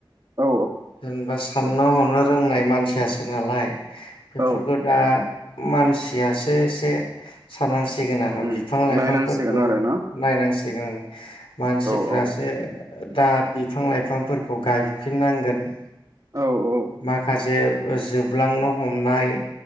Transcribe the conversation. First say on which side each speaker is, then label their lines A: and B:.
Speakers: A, on the right (about 40°); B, on the left (about 90°).
A: औ
B: जेनबा सा साननो हनो रोंनाय मानसियासो नालाय बेफोरखौ
A: औ
B: दा मानसियासो एसे सान्नांसि सिगोन आरो
A: उम
B: बिफां लाइफांफोरखौ
A: नायनांसिगोन आरो ना
B: नायनांसि सिगोन। मानसिफ्रासो
A: औ औ
B: दा बिफां लाइफांफोरखौ गायफिननांगोन।
A: औ औ
B: माखासे जोबलांनो हमनाय